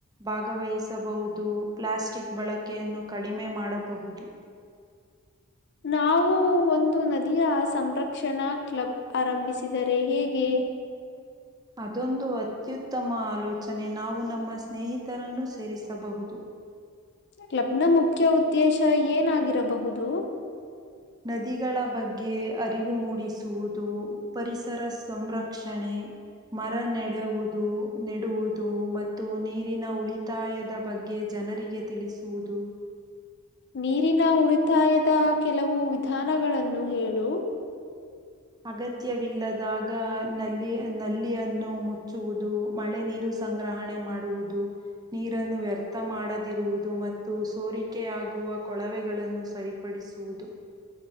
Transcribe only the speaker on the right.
ಭಾಗವಹಿಸಬಹುದು ಪ್ಲಾಸ್ಟಿಕ್ ಬಳಕೆಯನ್ನು ಕಡಿಮೆ ಮಾಡಬಹುದು
ಅದೊಂದು ಅತ್ಯುತ್ತಮ ಆಲೋಚನೆ ನಾವು ನಮ್ಮ ಸ್ನೇಹಿತರನ್ನ ಸೇರಿಸಬಹುದು <unintelligible>
ನದಿಗಳ ಬಗ್ಗೆ ಅರಿವು ಮೂಡಿಸುವುದು ಪರಿಸರ ಸಂರಕ್ಷಣೆ ಹ <inaudible> ಮರ ನೆಡುವುದು ನೆಡುವುದು ಮತ್ತು ನೀರಿನ ಉಳಿತಾಯದ ಬಗ್ಗೆ ಜನ ಜನರಿಗೆ ತಿಳಿಸುವುದು
ಅಗತ್ಯವಿಲ್ಲದಾಗ ನಲ್ಲಿ ನಲ್ಲಿಯನ್ನು ಮುಚ್ಚುವುದು ಮಳೆ ನೀರು ಸಂಗ್ರಹಣೆ ಮಾಡುವುದು ನೀರನ್ನು ವ್ಯರ್ಥ ಮಾಡದಿರುವುದು ಮತ್ತು. ಸೋರಿಕೆಯಾಗುವ ಕೊಳವೆಗಳನ್ನು ಸರಿಪಡಿಸುವುದು.